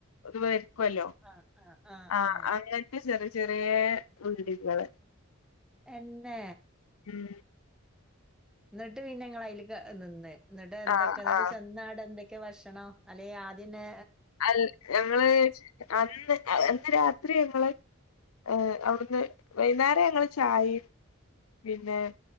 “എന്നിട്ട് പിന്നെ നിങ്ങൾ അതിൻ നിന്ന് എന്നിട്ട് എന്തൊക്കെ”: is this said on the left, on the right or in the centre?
Centre